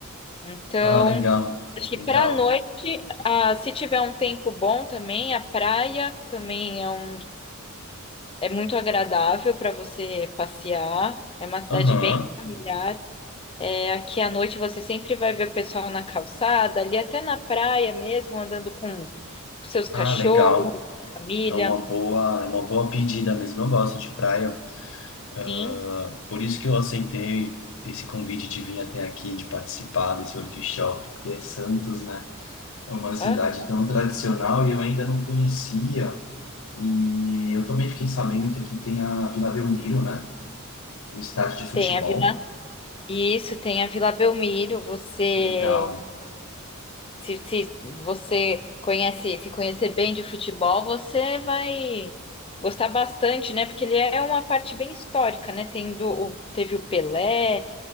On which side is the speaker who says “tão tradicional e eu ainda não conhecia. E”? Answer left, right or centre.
Left